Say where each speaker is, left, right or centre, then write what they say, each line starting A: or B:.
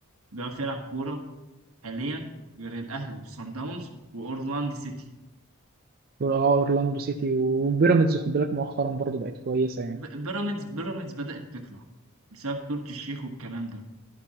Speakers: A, on the right; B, on the right.
A: بيعرف يلعب كورة حاليا غير الأهلي وصن داونز وأورلاندو سيتي
B: اه أورلاندو سيتي وبيراميدز خد بالك مؤخرا برضه بقت كويسة يعني
A: ب- بيراميدز بيراميدز بدأت تطلع بسبب تركي الشيخ والكلام ده